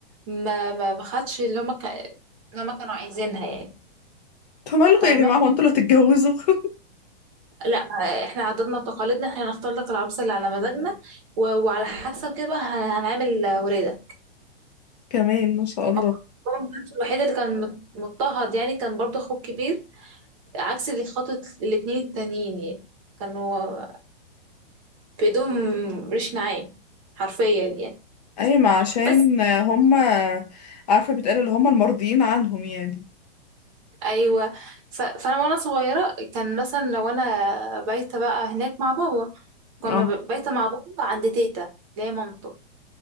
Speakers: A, on the right; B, on the left.
A: ما ما ما خدش اللي هما كا- اللي هما كانوا عايزينها يعني
B: انتوا مالكم
A: فاهمه
B: يا جماعة هو انتوا اللي هتتجوزوا <laughs>
A: لا ما احنا عاداتنا وتقاليدنا احنا هنختار لك العروسه اللي على مزاجنا و... وعلى حسب كده بقى هن- هنعمل آه، ولاده
B: كمان ما شاء الله
A: هو بابا ما كانش الوحيد اللي كان مت- مضطهد يعني كان برضه اخوه الكبير عكس اللي خاطب الاتنين التانيين يعني كانوا في ايدهم ريش نعام حرفيا يعني
B: اي ما عشان
A: بس
B: هم عارفة بتقال اللي هم المرضيين عنهم يعني
A: ايوه ف... فانا وانا صغيره كان مثلا لو انا بايته بقى هناك مع بابا كنا
B: اه
A: ب- بايته مع بابا عند تيتا اللي هي مامته